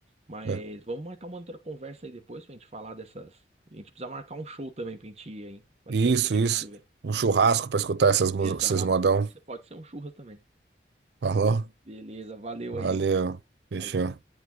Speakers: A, on the right (about 35°); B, on the right (about 65°).
A: mas
B: né?
A: vamos marcar uma outra conversa aí depois pra gente falar dessas. A gente precisa marcar um show também pra gente ir, hein? Faz
B: Isso,
A: tempo que a gente
B: isso.
A: não se vê.
B: Um churrasco pra escutar essas músicas,
A: Exato,
B: esses modão.
A: pode ser, pode ser um churras também.
B: Falou?
A: Beleza, valeu
B: Valeu.
A: aí, hein?
B: Fechou.
A: Falou.